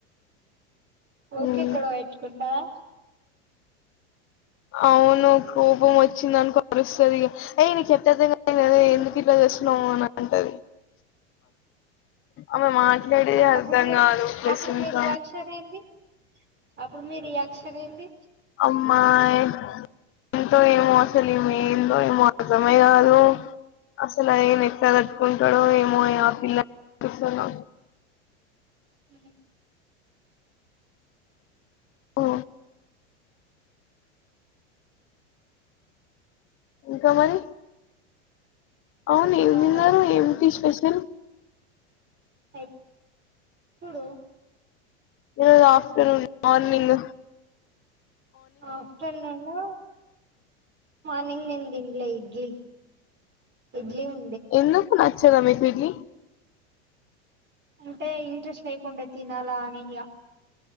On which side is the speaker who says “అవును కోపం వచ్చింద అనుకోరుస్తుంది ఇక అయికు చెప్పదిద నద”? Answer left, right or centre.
Left